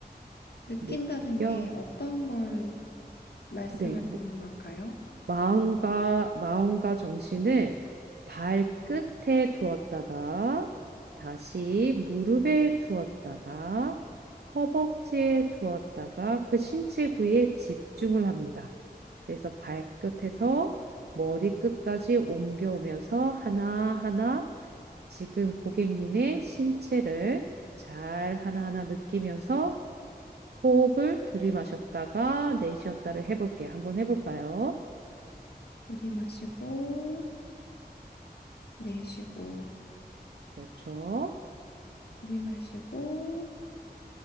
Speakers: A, on the left; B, on the right.
A: 느낀다는
B: 느껴.
A: 게 어떤 걸 말씀하시는
B: 네, 모-
A: 걸까요?
B: 마음과 마음과 정신을 발끝에 두었다가 다시 무릎에 두었다가 허벅지에 두었다가 그 신체 부위에 집중을 합니다. 그래서 발끝에서 머리끝까지 옮겨오면서 하나하나 지금 고객님의 신체를 잘 하나하나 느끼면서 호흡을 들이마셨다가 내쉬었다를 해볼게요. 한번 해볼까요?
A: 들이마시고, 내쉬고,
B: 그렇죠.
A: 들이마시고,